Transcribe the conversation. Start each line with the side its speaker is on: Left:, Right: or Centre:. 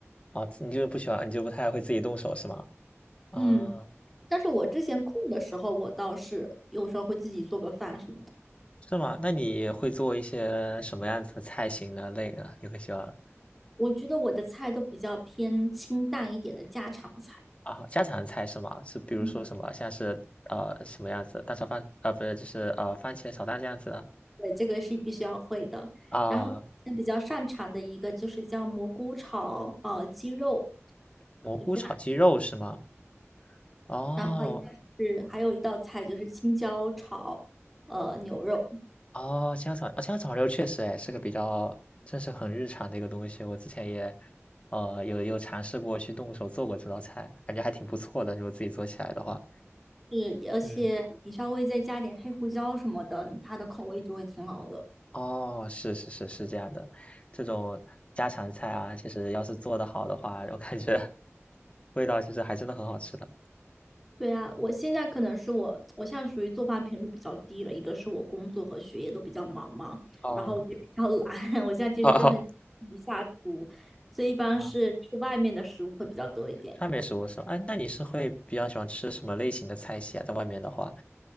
Left: 哦，你就是不喜欢，你就不太会自己动手是吗？啊，
Centre: 嗯，但是我之前空的时候，我倒是有时候会自己做个饭什么的。
Left: 是吗？那你会做一些什么样子的菜型的类呢？你会喜欢
Centre: 我觉得我的菜都比较偏清淡一点的家常菜。
Left: 啊家常菜是吗？是比如说什么像是呃什么样子蛋炒饭啊，
Centre: 嗯，
Left: 不是就是呃番茄炒蛋这样子的
Centre: 对，这个是必须要会的。
Left: 啊，
Centre: 然后现在比较擅长的一个就是叫蘑菇炒呃鸡肉，
Left: 蘑菇炒鸡肉是吗？
Centre: 也非常
Left: 哦，
Centre: 然后一个是还有一道菜就是青椒炒呃牛肉。
Left: 哦，家枣青椒炒肉确实哎，是个比较这是很日常的一个东西。我之前也，呃，有有尝试过去动手做过这道菜，感觉还挺不错的，如果自己做起来的话。
Centre: 是，而且你稍微再加点黑胡椒什么的，
Left: 嗯，
Centre: 它的口味就会挺好的。
Left: 哦，是是是是这样的。这种家常菜啊，其实要是做得好的话，我感觉味道其实还真的很好吃的。
Centre: 对啊，我现在可能是我，我现在属于做饭频率比较低了，一个是我工作和学业都比较忙嘛，
Left: 哦，
Centre: 然后我就比较懒，<laughs> 我现在其实就很一下厨，
Left: 好好
Centre: 所以一般是吃外面的食物会比较多一点。
Left: 啊，啊川美食物是吧？哎，那你是会比较喜欢吃什么类型的菜系啊？在外面的话。